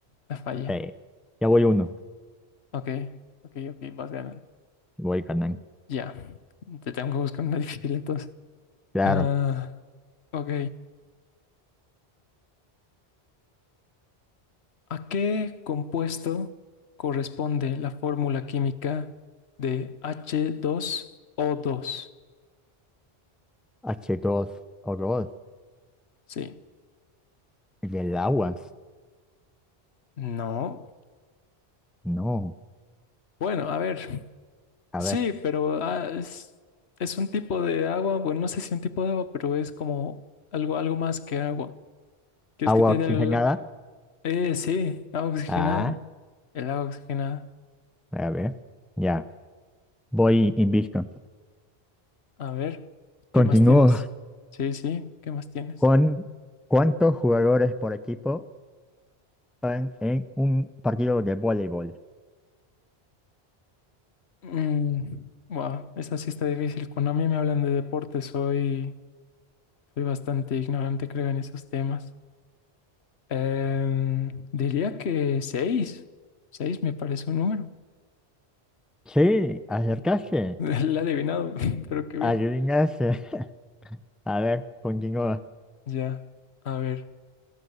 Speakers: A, on the left (about 85°); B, in the centre.
A: la fallé.
B: Sí, ya voy uno,
A: Ok, ok, ok, vas ganando.
B: voy ganando.
A: Ya, te tengo que buscar una <laughs> difícil entonces.
B: Claro,
A: Ah, ok. ¿A qué compuesto corresponde la fórmula química de H2O2?
B: h dos o dos
A: Sí.
B: y el agua.
A: No.
B: No.
A: Bueno, a ver.
B: A
A: Sí,
B: ver,
A: pero ah, es, es un tipo de agua, bueno, no sé si un tipo de agua, pero es como algo, algo más que agua. ¿Quieres
B: agua
A: que te
B: oxigenada.
A: dé el... Eh, sí, agua oxigenada.
B: Ah,
A: El agua oxigenada.
B: a ver, ya. Voy invicto.
A: A ver, ¿qué
B: Continúo
A: más tienes? Sí, sí, ¿qué más tienes?
B: con cuántos jugadores por equipo van en un partido de voleibol.
A: Mm, wow, esa sí está difícil. Cuando a mí me hablan de deporte, soy, soy bastante ignorante, creo, en esos temas. Em, diría que seis. Seis me parece un número.
B: Sí, acercarse.
A: <laughs> La he adivinado, <laughs> pero qué bien.
B: Adivinarse. <laughs> A ver, continúa.
A: Ya, a ver.